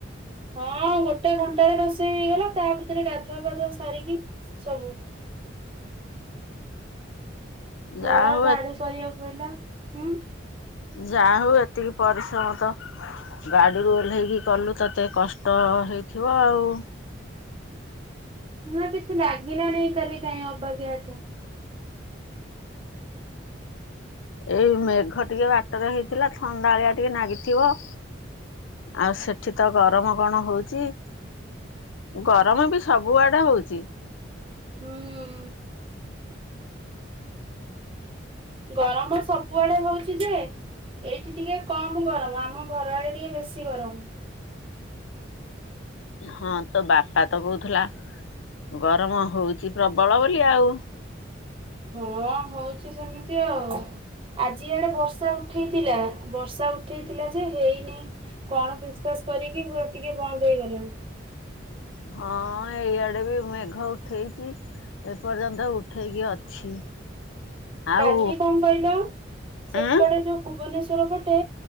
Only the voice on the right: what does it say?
ହଁ ଗୋଟେ ଘଣ୍ଟାରେ ରୋଷେଇ ହେଇଗଲା ତା ଭିତରେ ଗାଧୁଆ ପାାଧୁଆ ସାରିକି ସବୁ
ଘଡ଼
ଝାଡ଼ୁ କରିବାକୁ ହେଲା ଉଁ
ନା କିଛି ଲାଗିଲା ନାହିଁ କାଲି କାହିଁ ଅବାକିଆ ଏତେ।
ହୁଁ। ଗରମ ସବୁଆଡେ ହଉଛି ଯେ ଏଇଠି ଟିକେ କମ୍ ଗରମ୍ ଆମ ଘର ଆଡେ ଟିକେ ବେଶୀ ଗରମ୍।
ହଁ ହଉଛି ସେମିତି ଆଉ। ଆଜି ଇଆଡେ ବର୍ଷା ଉଠେଇଥିଲା, ବର୍ଷା ଉଠେଇଥିଲା ଯେ ହେଇନି। କଣ <unintelligible> କରିକି ପୁରା ଟିକେ ବନ୍ଦ ହେଇଗଲା।
କାଲି କଣ କହିଲ ସେପଟେ
ଯୋଉ ଭୁବନେଶ୍ଵର ପଟେ